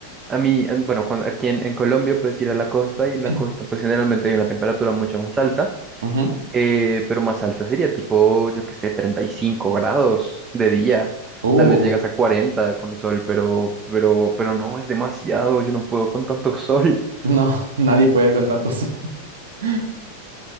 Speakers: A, on the right; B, on the right.
A: a mí, en- bueno, cuando, aquí en, en Colombia puedes ir a la costa y
B: <clears throat>
A: en la costa pues generalmente hay una temperatura mucho más alta.
B: Ujú.
A: Eh, pero más alta sería tipo, yo qué sé, 35 grados de día.
B: Uh,
A: Tal vez llegas a 40 con sol, pero, pero, pero no, es demasiado. Yo no puedo con tanto sol. <laughs>
B: No, <laughs> nadie puede con tantos. <laughs>